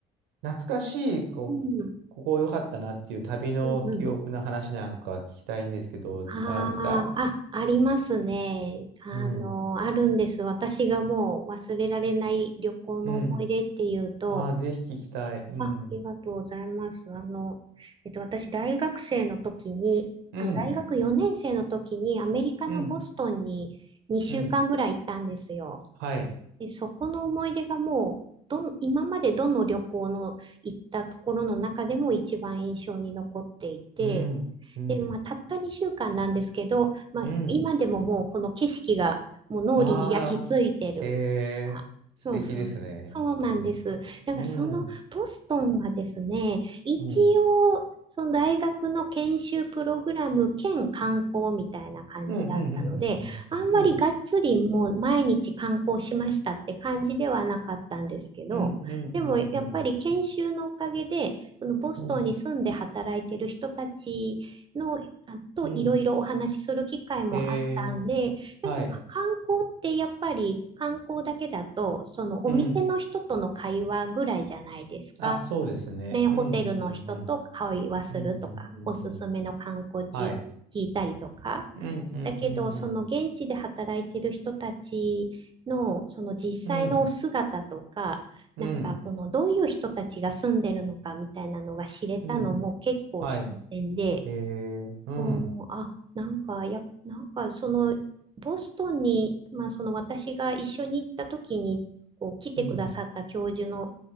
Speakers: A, on the right; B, on the right.
A: 懐かしいこうここ良かったなっていう旅の記憶の話なんか聞きたいんですけど、
B: うん。うんうん。ああ、
A: いかがですか？
B: あ、ありますね。あの、
A: うん
B: あるんです。私がもう忘れられない旅行の思い出っていうと、
A: うん。あ、ぜひ聞きたい。うん
B: あ、ありがとうございます。あの、えっと、私、大学生の時に、
A: うん
B: あ、大学4年生の時にアメリカのボストンに2週間ぐらい行ったんですよ。
A: うんうん。はい。
B: で、そこの思い出がもう、どん、今までどの旅行の行ったところの中でも一番印象に残っていて、
A: うんうん
B: で、まあ、たった2週間なんですけど、まあ、
A: うん。
B: 今でももうこの景色がもう脳裏に焼き付いてるみたいな。
A: あ、へえ。素敵ですね。
B: そうそう。そうなんです。
A: うんうんうん
B: なんかそのボストンがですね、一応その大学の研修プログラム兼観光みたいな感じだったので、
A: うんうんうんうんうん
B: あんまりがっつりもう毎日観光しましたって感じではなかったんですけど、
A: うん
B: でもやっぱり研修のおかげで、
A: うん
B: そのボストンに住んで働いてる人たちの、
A: うん
B: あといろいろお話しする機会もあったんで、
A: うん。へえ。
B: なんかか観光ってやっぱり観光だけだと、
A: はい。
B: そのお店の人との会話ぐらいじゃないですか。
A: うん。あ、そうですね。
B: ね、ホテルの人と会話するとか、
A: うんうんうんうん。うんうんうんうん。
B: おすすめの観光地聞いたりとか。
A: はい。うんうんうんうん。
B: だけど、その現地で働いてる人たちの、その実際の姿とか、
A: うんうん
B: なんかこのどういう人たちが住んでるのかみたいなのが知れたのも結構新鮮で、
A: うん。はい。えー、うん。
B: おーあ、なんか、や、なんか、その、ボストンに、まあ、その私が一緒に行った時に、こう、来てくださった教授の
A: うん